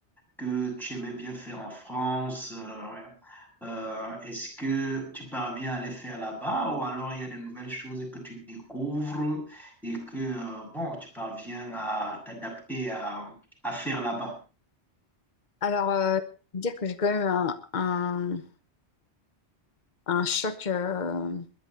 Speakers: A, in the centre; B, on the left.
A: que tu aimais bien faire en France. euh, ouais. euh, est-ce que tu parviens à les faire là-bas ou alors il y a de nouvelles choses que tu découvres et que, euh, bon, tu parviens à t'adapter à, à faire là-bas?
B: Alors, euh, dire que j'ai quand même un, un- un choc euh,